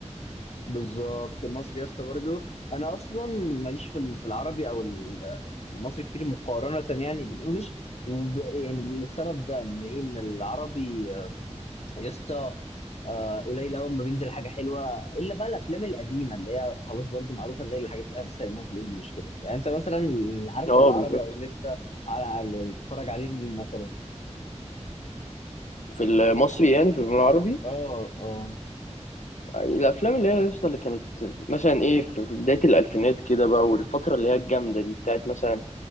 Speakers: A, on the left (about 60°); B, on the left (about 85°).
A: بالظبط المصري يا اسطى برضه انا اصلا ماليش في ال- في العربي او ال- المصري كتير مقارنه يعني بالانجلش وب يعني بالسبب ده ان ايه ان العربي آه، يا اسطى آه، قليل قوي ما بينزل حاجه حلوه الا بقى الافلام القديمه اللي هي خلاص برضه معروفه زي الحاجات اللي احنا لسه قايلينهم في الانجليش كده يعني انت مثلا اللي عارفه
B: اه
A: العربي
B: بالظبط
A: او اللي انت على على- اللي بتتفرج عليه مين مثلا
B: في المصري يعني في الفيلم العربي
A: اه اه
B: آه، الافلام اللي هي لسه اللي كانت مثلا ايه في في بدايه الالفينات كده بقى والفتره اللي هي الجامده دي بتاعت مثلا